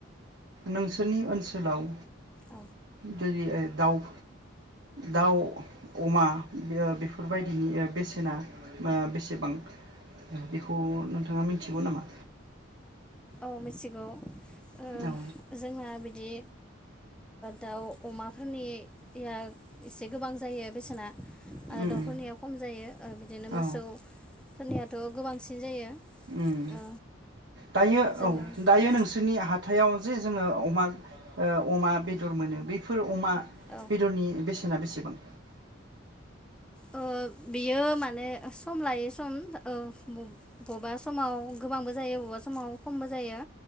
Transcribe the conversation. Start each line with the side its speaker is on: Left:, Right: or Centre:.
Right: नोंसोरनि ओनसोलाव
Centre: औ
Right: जेरै दाउ दाउ अमा बेफोरबायदिनि बेसेना बेसेबां बेखौ नोंथाङा मिथिगौ नामा?
Centre: औ मिथिगौ। ओ
Right: औ
Centre: जोंना बिदि दाउ अमाफोरनिया एसे गोबां जायो बेसेना आरो
Right: उम
Centre: दाउफोरनिया
Right: उम
Centre: खम जायो बिदिनो
Right: औ
Centre: मोसौफोरनियाथ' गोबांसिन बिदिनो जायो।
Right: उम
Centre: ओ
Right: दायो।
Centre: जोङो
Right: औ दायो
Centre: औ
Right: नोंसोरनि हाथायाव जे। जोङो अमा अमा बेदर मोनो बेफोर अमा।
Centre: औ
Right: बेदरनि बेसे सेना बेसेबां।
Centre: बियो माने सम लायो सम बबेबा समाव गोबांबो जायो बबेबा समाव खमबो जायो।